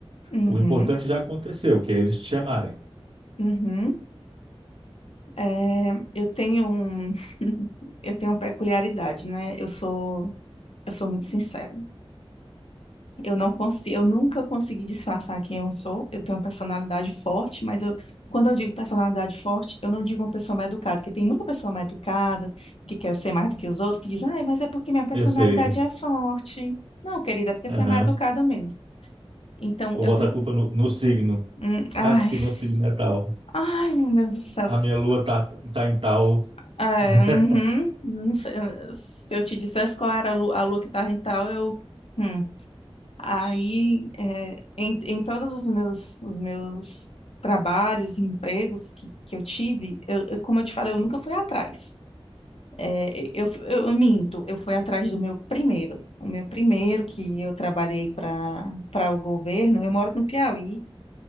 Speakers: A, on the left; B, on the right.
A: Uhum,
B: O importante já aconteceu, que é eles te chamarem.
A: uhum. É, eu tenho um, eu tenho uma peculiaridade, né? Eu sou, eu sou muito sincera. Eu não consigo, eu nunca consegui disfarçar quem eu sou. Eu tenho uma personalidade forte, mas eu, quando eu digo personalidade forte, eu não digo uma pessoa mal educada, porque tem muita pessoa mal educada que quer ser mais do que os outros, que diz, ai, mas é porque minha personalidade
B: Eu sei.
A: é forte. Não, querida, é porque
B: Aham.
A: você é mal educada mesmo. Então,
B: Vou
A: eu
B: botar
A: tenho.
B: a culpa no, no signo.
A: hum, ai,
B: Ah, porque
A: s-
B: meu signo é tal.
A: ai, meu Deus do céu.
B: A
A: s-
B: minha lua tá, tá em tal.
A: É,
B: <laughs>
A: uhum, não sei, eh, se eu te dissesse qual era a lua, a lua que estava em tal, eu. hum, Aí, é, em, em todos os meus, os meus trabalhos e empregos que, que eu tive, eu, eu- como eu te falei, eu nunca fui atrás. É, eu, eu, eu minto, eu fui atrás do meu primeiro. O meu primeiro que eu trabalhei para para o governo, eu moro no Piauí,